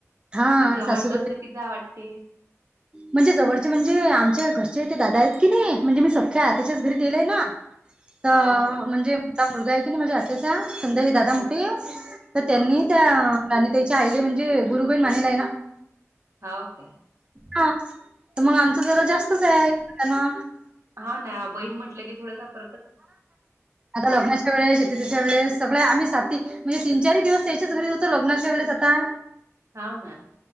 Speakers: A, on the right (about 20°); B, on the right (about 70°).
A: हा
B: ते जवळच
A: सासूबाई
B: असल कि झाव वाटते.
A: म्हणजे जवळचे म्हणजे आमच्या घरचे ते दादा आहेत की नाही म्हणजे मी सख्या
B: ह
A: आत्याच्याच घरी देलय ना तर
B: हाव काय
A: म्हणजे हा मुलगा आहे की नाही माझ्या आात्याचा संदा हे दादा मोठे
B: ह
A: तर त्यांनी
B: ह
A: त्यां राणी ताईच्या आईले म्हणजे गुरु गोईण म्हणालाय ना.
B: हा ओके.
A: ह तर मग आमचा जरा जास्तच आहेना.
B: हा ना बहीण म्हटलं की थोडासा फरक
A: आता लग्नाच्या वेळेस शेतीतेच्या वेळेस सगळे आम्ही साथी म्हणजे तीन चारही दिवस त्याच्याच घरीच होतो लग्नाच्या वेळेस आता.
B: हा ना.